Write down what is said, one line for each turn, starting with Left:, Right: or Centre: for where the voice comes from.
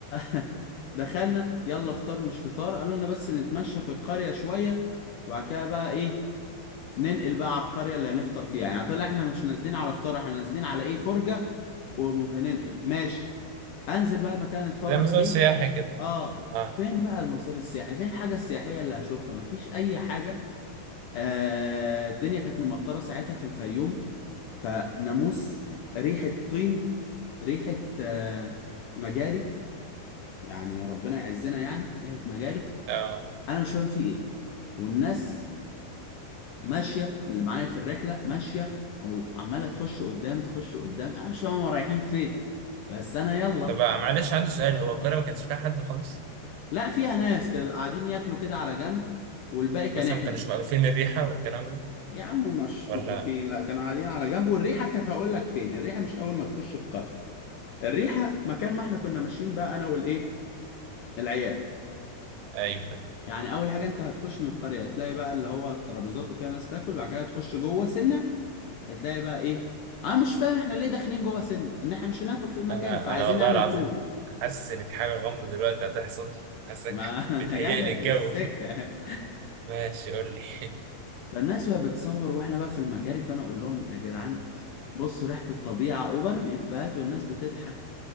Left: <laughs> دخلنا يلا فطار مش فطار قالوا لنا بس نتمشى في القرية شوية وبعد كده بقى ايه ننقل بقى على القرية اللي هنفطر فيها يعني طلع احنا مش نازلين على فطار احنا نازلين على ايه فرجة وهننقل ماشي انزل بقى المكان اللي نتفرج
Right: زي مزار
Left: فيه
Right: سياحي كده
Left: اه
Right: اه
Left: فين بقى المزار السياحي فين الحاجة السياحية اللي هشوفها مفيش أي حاجة آه الدنيا كانت ممطرة ساعتها في الفيوم فناموس ريحة طين ريحة آه مجاري يعني ربنا يعزنا يعني ريحة مجاري
Right: آه.
Left: أنا مش فاهم في إيه والناس ماشية اللي معايا في الرحلة ماشية وعمالة تخش قدام تخش قدام أنا مش فاهم هما رايحين فين بس أنا يلا
Right: طب معلش عندي سؤال هو القاهرة ما كانش فيها حد خالص
Left: لا فيها ناس كانوا قاعدين ياكلوا كده على جنب والباقي كان
Right: مثلا
Left: إحنا
Right: ما كانوش مقرفين من الريحة والكلام ده
Left: يا عم مش
Right: ولا
Left: مقروفين لا كانوا قاعدين على جنب والريحه كانت هقول لك فين الريحه مش اول ما تخش القريه الريحه مكان ما احنا كنا ماشيين بقى انا والايه العيال
Right: أيوة
Left: يعني اول حاجه انت هتخش من القريه هتلاقي بقى اللي هو الترابيزات وكده ناس تاكل بعد كده هتخش جوه سنه هتلاقي بقى ايه انا مش فاهم احنا ليه داخلين جوه سنه ان احنا مش هناكل في المكان
Right: أنا
Left: فعايزين
Right: أنا والله
Left: نعمل
Right: العظيم
Left: تور
Right: حاسس إن في حاجة غامضة دلوقتي هتحصل حاسك
Left: ما <laughs>
Right: بتهيأ
Left: انا جاي لك
Right: لي الجو
Left: في السكه
Right: <laughs> ماشي قول لي <laughs>
Left: <laughs> فالناس وهي بتصور واحنا بقى في المجاري فانا اقول لهم يا جدعان بصوا ريحه الطبيعه وبرمي افيهات والناس بتضحك